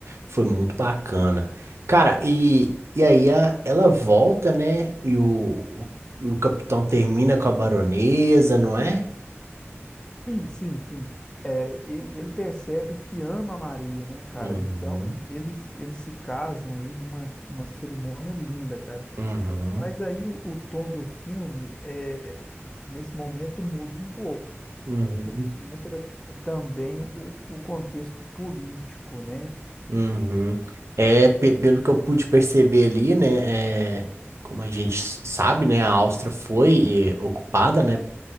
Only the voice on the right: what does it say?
foi muito bacana. Cara, e, e aí a- ela volta, né? E o, o, o capitão termina com a baronesa, não é?
Uhum,
uhum,
uhum,
uhum. É, pe- pelo que eu pude perceber ali, né? é, como a gente s- sabe, né? A Áustria foi eh, ocupada, né?